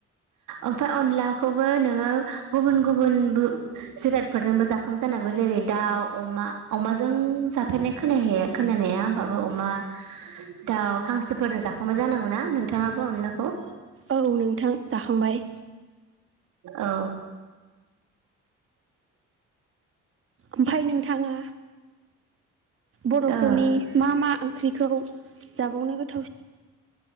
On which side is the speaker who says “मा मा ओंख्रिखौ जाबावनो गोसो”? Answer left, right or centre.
Right